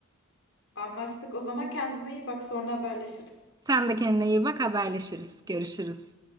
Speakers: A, on the left; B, on the right.
A: Anlaştık. O zaman kendine iyi bak, sonra haberleşiriz.
B: Sen de kendine iyi bak, haberleşiriz, görüşürüz.